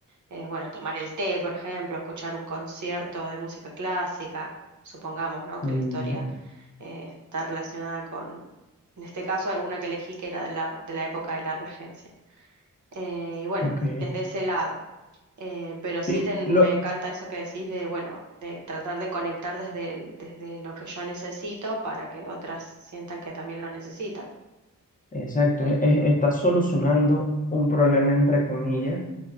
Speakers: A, on the right; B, on the left.
A: eh, bueno, tomar el té, por ejemplo, escuchar un concierto de música clásica, supongamos, ¿no? Que
B: mm,
A: la historia eh, está relacionada con, en este caso, una que elegí que era de la, de la época de la regencia. Eh, y bueno,
B: ok.
A: desde ese lado. Eh, pero sí
B: Sí,
A: ten-
B: lo,
A: me encanta eso que decís de, bueno, de tratar de conectar desde, el- desde lo que yo necesito para que otras sientan que también lo necesitan.
B: exacto, e- e- está solucionando un problema entre comillas